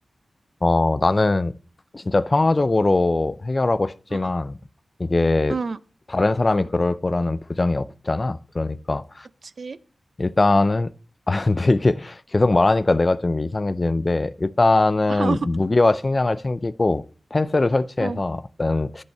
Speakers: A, on the left; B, on the right.
A: 어, 나는 진짜 평화적으로 해결하고 싶지만
B: 응,
A: 이게
B: 응,
A: 다른 사람이 그럴 거라는 보장이 없잖아. 그러니까.
B: 그치?
A: 일단은, 아, <laughs> 근데 이게 계속 말하니까 내가 좀 이상해지는데, 일단은
B: <laughs>
A: 무기와 식량을 챙기고 펜스를 설치해서
B: 응.
A: 일단